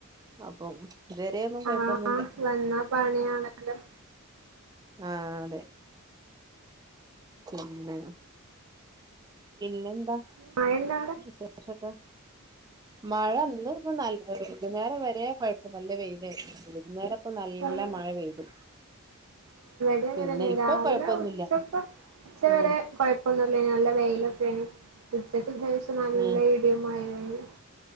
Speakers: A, on the right; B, on the right.
A: അപ്പം ഇതു വരെ ഒന്നും കൊഴപ്പൊന്നുല്ല
B: ആ വന്നാ പണിയാണല്ലോ
A: ആഹ അതെ പിന്ന പിന്നെ
B: മഴയുണ്ടോ
A: വിശേഷൊക്കെ മഴ ഇപ്പ നല്ല വൈകുന്നേരം വരെ കുഴപ്പം നല്ല വെയിലായിരുന്നു അപ്പൊ നല്ല
B: അവിടെ
A: മഴ പെയ്തു
B: അങ്ങന
A: പിന്നെ ഇപ്പൊ
B: രാവിലെ
A: കൊഴപ്പൊന്നുല്ല
B: ഉച്ചക്ക ഉച്ച വരെ
A: ആഹ്
B: കുഴപ്പൊന്നില്ല നല്ല വെയിലൊക്കെ ഉ <unintelligible> ഉച്ചക്ക് ശേഷം നല്ല
A: ആഹ്
B: ഇടിയും മഴ യും ആണ്